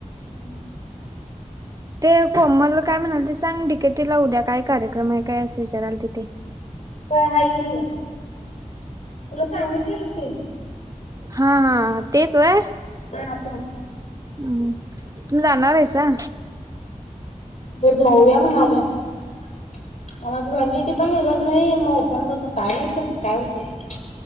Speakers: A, on the left (about 60°); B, on the right (about 25°).
A: हम्म.
B: ते कोमल काय म्हणाल ती सांग, डि, के, की ला उद्या काय कार्यक्रम आहे काय अस विचाराल ति. ती.
A: वय हाय कि. मला सांगितलं की.
B: हा, हा, तेच व्हय.
A: ह, ते.
B: हम्, तुम्ही जाणार आरसा.
A: म जाऊया म्हणालोय. <unintelligible> पण निघत नाही मग ओपन मधन काय माहित कसं काय होतेय.